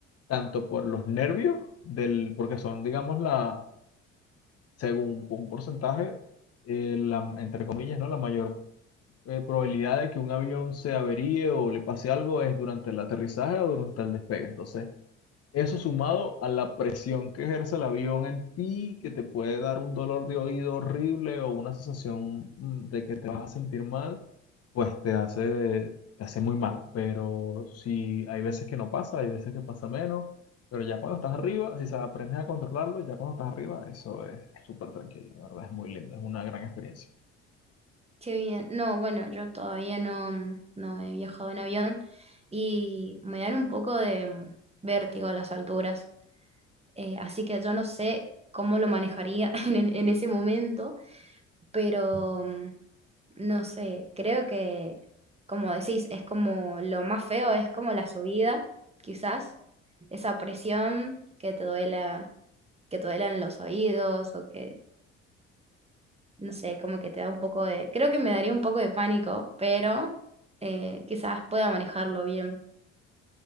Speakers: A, on the left; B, on the right.
A: tanto por los nervios, del, porque son, digamos, la, según un porcentaje, eh, la, entre comillas, ¿no? La mayor eh, probabilidad de que un avión se averíe o le pase algo es durante el aterrizaje o durante el despegue. Entonces, eso sumado a la presión que ejerce el avión en ti, que te puede dar un dolor de oído horrible o una sensación mm, de que te vas a sentir mal, pues te hace, te hace muy mal. Pero si hay veces que no pasa, hay veces que pasa menos, pero ya cuando estás arriba, si se- aprendes a controlarlo, ya cuando estás arriba, eso es súper tranquilo, la verdad es muy lindo, es una gran experiencia.
B: Qué bien. No, bueno, yo todavía no, mm, no he viajado en avión y me dan un poco de mm, vértigo las alturas. Eh, así que yo no sé cómo lo manejaría <laughs> en, en en ese momento, pero mm, no sé, creo que, como decís, es como lo más feo, es como la subida, quizás, esa presión que te duela, que te duelan los oídos o que no sé, como que te da un poco de, creo que me daría un poco de pánico, pero eh, quizás pueda manejarlo bien.